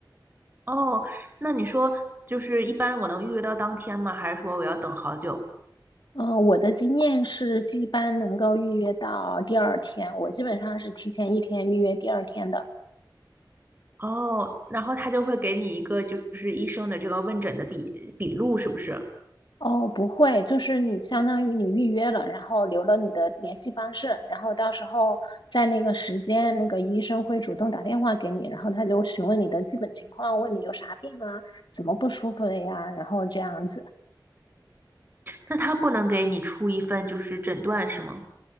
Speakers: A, on the right (about 25°); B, on the left (about 75°).
A: 哦，那你说就是一般我能预约到当天吗？还是说我要等好久？
B: 嗯、呃，我的经验是一般能够预约到第二天，我基本上是提前一天预约第二天的。
A: 哦，然后他就会给你一个就是医生的这个问诊的笔笔录，是不是？
B: 哦，不会，就是你相当于你预约了，然后留了你的联系方式，然后到时候在那个时间，那个医生会主动打电话给你，然后他就询问你的基本情况，问你有啥病啊，怎么不舒服了呀，然后这样子。
A: 那他不能给你出一份就是诊断是吗？